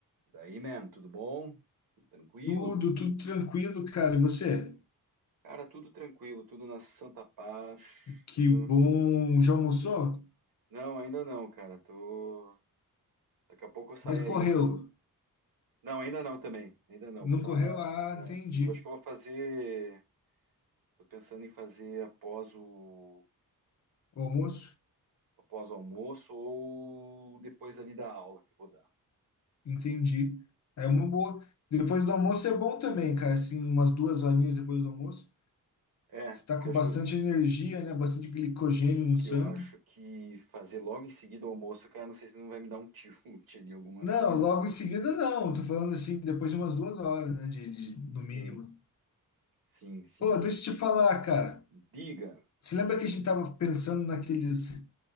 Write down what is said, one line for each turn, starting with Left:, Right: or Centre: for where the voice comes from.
Right: Daí, man, tudo bom? Tudo tranquilo?
Left: Tudo, tudo tranquilo, cara. E você?
Right: Cara, tudo tranquilo, tudo na santa paz,
Left: Que
Right: tudo...
Left: bom. Já almoçou?
Right: Não, ainda não, cara, tô... Daqui a pouco eu sai
Left: Mas correu.
Right: aí o rango. Não, ainda não também, ainda não,
Left: Não
Right: vou dar
Left: correu?
Right: uma...
Left: Ah,
Right: Não,
Left: entendi.
Right: eu acho que eu vou fazer... Tô pensando em fazer após o...
Left: O almoço?
Right: após o almoço ou depois ali da aula que eu vou dar.
Left: Entendi. É uma boa. Depois do almoço é bom também, cara. Assim, umas duas horinhas depois do almoço.
Right: É,
Left: Você
Right: porque
Left: tá com
Right: eu acho
Left: bastante
Right: que eu...
Left: energia, né? Bastante glicogênio no
Right: que
Left: sangue.
Right: eu acho que fazer logo em seguida o almoço, cara, não sei se não vai me dar um tilt <laughs> ali, alguma
Left: Não,
Right: coisa.
Left: logo em seguida não. Tô falando assim, depois de umas duas horas, né? De, de- no mínimo.
Right: Sim, sim, sim,
Left: Pô,
Right: sim,
Left: deixa
Right: sim.
Left: eu te falar, cara.
Right: Diga.
Left: Você lembra que a gente tava pensando naqueles,